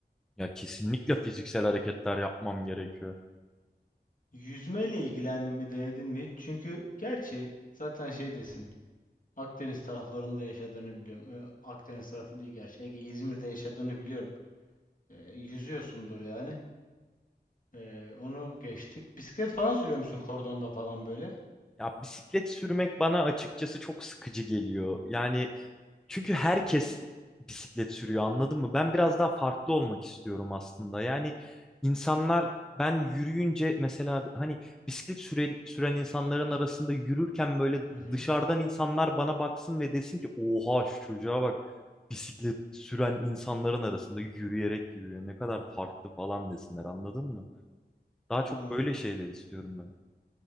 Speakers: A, in the centre; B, on the left.
A: Ya kesinlikle fiziksel hareketler yapmam gerekiyor.
B: Yüzmeyle ilgilendin mi, denedin mi hiç? Çünkü gerçi zaten şey desin. Akdeniz taraflarında yaşadığını biliyorum. Ee, Akdeniz tarafı değil gerçi. Ege, İzmir'de yaşadığını biliyorum. Ee, yüzüyorsundur yani. Ee, onu geçtik. Bisiklet falan sürüyor musun kordonda falan böyle?
A: Ya bisiklet sürmek bana açıkçası çok sıkıcı geliyor. Yani Çünkü herkes bisiklet sürüyor anladın mı? Ben biraz daha farklı olmak istiyorum aslında. Yani insanlar ben yürüyünce mesela hani bisiklet süre- süren insanların arasında yürürken böyle
B: Hı hı.
A: dışarıdan insanlar bana baksın ve desin ki oha şu çocuğa bak bisiklet süren insanların arasında yürüyerek gidiyor ne kadar farklı falan desinler anladın mı? Daha çok
B: Anladım.
A: böyle şeyler istiyorum ben.